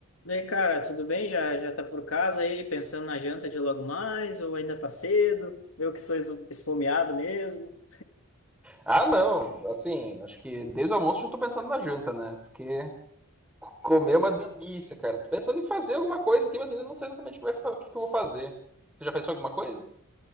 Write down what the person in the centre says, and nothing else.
Ah, não. Assim, acho que desde o almoço eu tô pensando na janta, né? Porque comer é uma delícia, cara. Tô pensando em fazer alguma coisa aqui, mas ainda não sei exatamente o que, vai fa- o que que eu vou fazer. Você já pensou em alguma coisa?